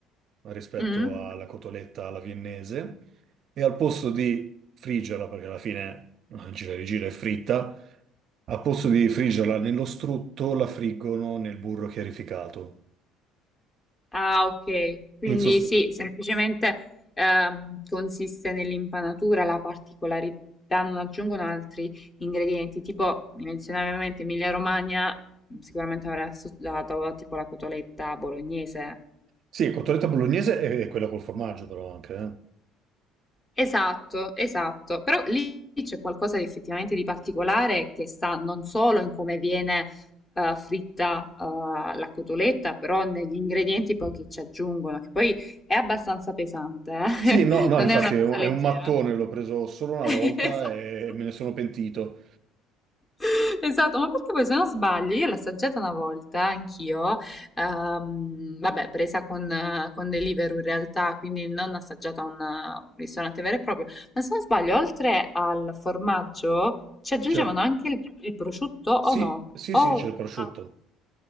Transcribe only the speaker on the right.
rispetto
alla cotoletta alla viennese e al posto di friggerla, perché alla fine <laughs> eh, gira e rigira è fritta, al posto di friggerla nello strutto la friggono nel burro chiarificato.
In sost-
sì, cotoletta bolognese è quella col formaggio però anche, eh.
Sì, no, no,
infatti
è un,
è un mattone, l'ho preso solo una
volta
e me ne sono pentito.
Cioè,
Sì,
sì,
sì, c'è il prosciutto.